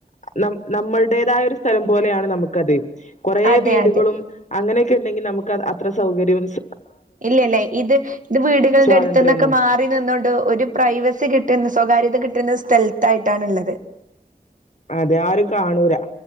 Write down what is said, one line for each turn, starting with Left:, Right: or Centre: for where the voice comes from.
Left: നം നമ്മൾടേതായാെര് സ്ഥലം പോലെയാണ് നമ്ക്കത് കാെറേ
Right: അതെ
Left: വീട്കളും
Right: അതെ
Left: അങ്ങെനെയെക്കെണ്ടെങ്കി നമുക്ക് അത് അത്ര സൗകര്യ <unintelligible> സ്
Right: ഇല്ല്യലേ ഇത് ഇത് വീട്കൾടെ
Left: സ്വാതന്ത്ര്യൊന്നും
Right: എട്ത്ത്ന്നൊക്കെ മാ റി നിന്നാേണ്ട് ഒരു പ്രൈവസി കിട്ട്ന്ന് സ്വകാര്യത കിട്ട്ന്ന സ്ഥൽത്തായ്ട്ടാണ്ള്ളെത്
Left: അതെ ആരും കാണൂലാ